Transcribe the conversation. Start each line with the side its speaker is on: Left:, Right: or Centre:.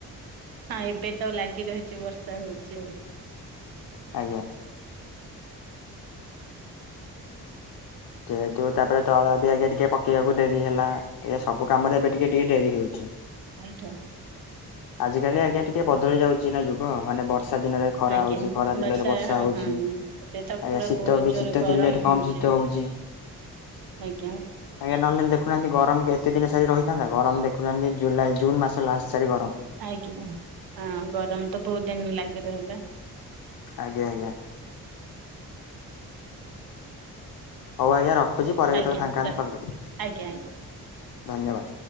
Right: ହଁ ଏବେ ତ ଲାଗି ରହିଚି ବର୍ଷା ହୋଉଚି ଆଉ।
Left: ଆଜ୍ଞା। ଯେହେତୁ ତାପରେ ତଳା ବି ଆଜ୍ଞା ଟିକେ ପକେଇବାକୁ ଡେରି ହେଲା। ଇଏ ସବୁ କାମରେ ଏବେ ଟିକେ ଟିକେ ଡେରି ହେଉଚି।
Right: ଆଇଠା।
Left: ଆଜିକାଲି ଆଜ୍ଞା ଟିକେ ବଦଳି ଯାଉଚି ନା ଯୁଗ ମାନେ ବର୍ଷା ଦିନରେ ଖରା
Right: ଆଜ୍ଞା
Left: ହଉଛି
Right: ହଁ
Left: ଖରା ଦିନରେ
Right: ବର୍ଷା ହଁ
Left: ହଉଛି।
Right: ହଁ ଏଁ ଏବେ ତ ପୁରା
Left: ଆଜ୍ଞା ଶୀତ
Right: ବୋହୁତ
Left: ବି
Right: ଜୋରେ
Left: ଶୀତ
Right: ଗରମ
Left: ଦିନରେ କମ
Right: ହୋଉଚି।
Left: ଶୀତ ହଉଛି।
Right: ଆଜ୍ଞା।
Left: ଆଜ୍ଞା ନହେଲେ ଦେଖୁନାହାନ୍ତି ଗରମ ଏତେ ଦିନ ସାରି ରହିଥାନ୍ତା ଗରମ ଦେଖୁନାହାନ୍ତି ଜୁଲାଇ ଜୁନ୍ ମାସ ଅଲା ସାର
Right: ଆଜ୍ଞା ହଁ ଗରମ ତ ବହୁତ ଦିନ ଲାଗି ରହିଲା।
Left: ଆଜ୍ଞା ଆଜ୍ଞା। ହଉ ଆଜ୍ଞା ରଖୁଚି ପରେ କେତେବେଳେ
Right: ଆଜ୍ଞା
Left: ଫାଙ୍କା ହେଲେ
Right: ର ଆଜ୍ଞା
Left: କଲ୍ କରିବି।
Right: ଆଜ୍ଞା।
Left: ଧନ୍ୟବାଦ।